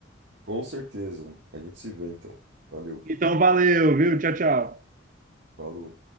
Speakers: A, on the right; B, on the right.
A: Com certeza. A gente se vê então. Valeu.
B: Então, valeu, viu? Tchau, tchau.
A: Falou.